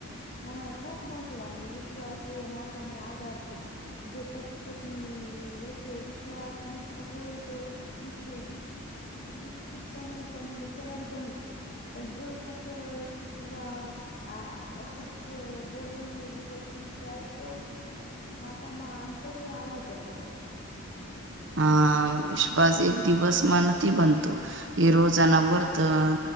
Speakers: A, on the left; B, on the right.
A: હા, અને ખુબ મહત્વની વિશ્વાસ એવો નાતોને આધાર છે. જો પતિ પત્ની વચ્ચે વિશ્વાસ મજબૂત હોય તો, વિશ્ વિશ મુશ્કેલ સમય પણ સરળ બની છે. પંજોષક છુપવાઓ આ સત બોલોની વધી જાય તો નાતામાં આંતર આવી જાય એ લાગી.
B: હ વિશ્વાસ એક દિવસમા નથીથ બનતો એ રોજના વર્તન